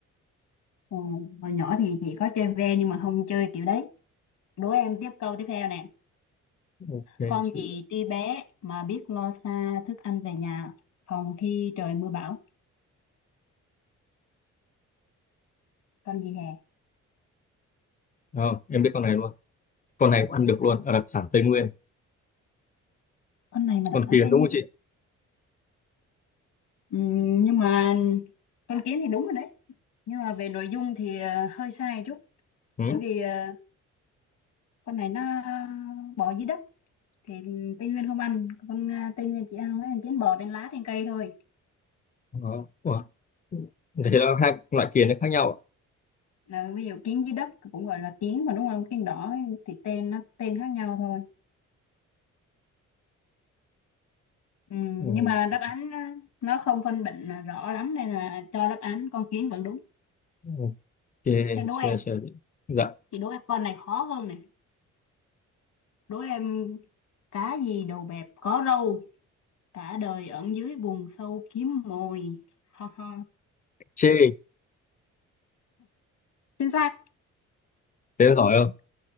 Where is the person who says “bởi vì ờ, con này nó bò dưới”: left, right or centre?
Left